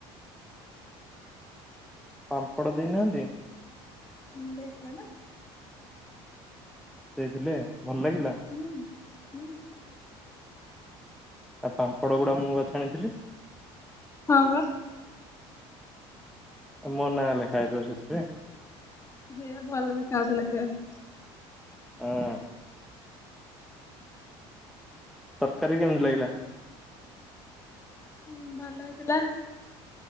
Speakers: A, in the centre; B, on the left.
A: ପାମ୍ପଡ଼ ଦେଇନାହାନ୍ତି।
B: ହୁଁ ଦେଇ ଥିଲେ ନା।
A: ଦେଇଥିଲେ ଭଲ ଲାଗିଲା।
B: ହୁଁ ହୁଁ।
A: ଆ ଉ ପାମ୍ପଡ ଗୁଡା ମୁଁ ବା ଛାଣିଥିଲି।
B: ହଁ ବା।
A: ଏ ମୋ ନା ଲେଖା ହେଇଥିବ ସେଥିରେ।
B: ସେଇଆ ଭଲ ଦେଖା ଯାଉ ଥିଲା ସେଥିପାଇଁ।
A: ଅଁ। ତରକାରୀ କେମିତି ଲାଗିଲା।
B: ଉଁ ଭଲ ହେଇଥିଲା।